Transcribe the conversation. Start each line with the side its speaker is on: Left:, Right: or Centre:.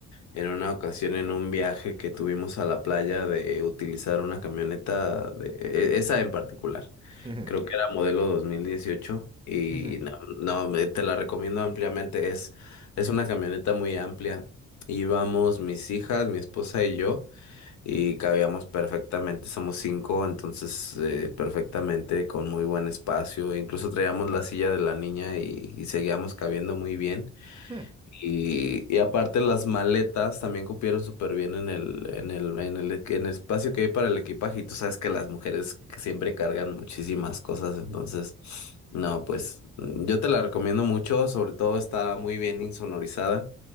Left: en una ocasión en un viaje que tuvimos a la playa de utilizar una camioneta de e- esa en particular.
Right: Ujú,
Left: Creo que era modelo 2018 y
Right: ujú,
Left: no, no, me- te la recomiendo ampliamente. Es, es una camioneta muy amplia. Íbamos mis hijas, mi esposa y yo y cabíamos perfectamente. Somos cinco, entonces eh, perfectamente con muy buen espacio. Incluso traíamos la silla de la niña y, y seguíamos cabiendo muy bien.
Right: ujú,
Left: Y, y aparte las maletas también cupieron súper bien en el, en el, en el, en el espacio que hay para el equipaje. Y tú sabes que las mujeres siempre cargan muchísimas cosas, entonces, no, pues mm, yo te la recomiendo mucho, sobre todo está muy bien insonorizada.